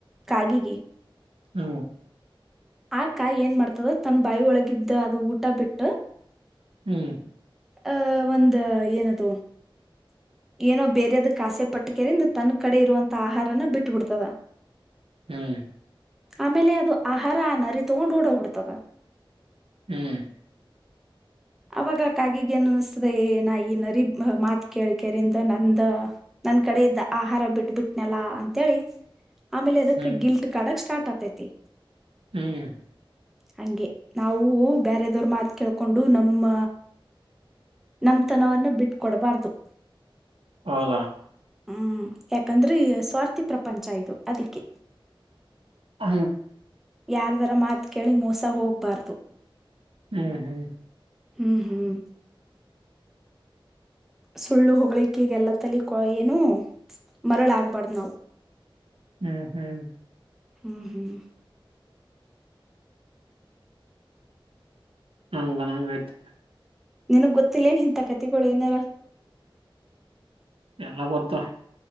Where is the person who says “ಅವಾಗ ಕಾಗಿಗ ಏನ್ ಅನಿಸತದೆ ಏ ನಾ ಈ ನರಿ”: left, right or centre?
Centre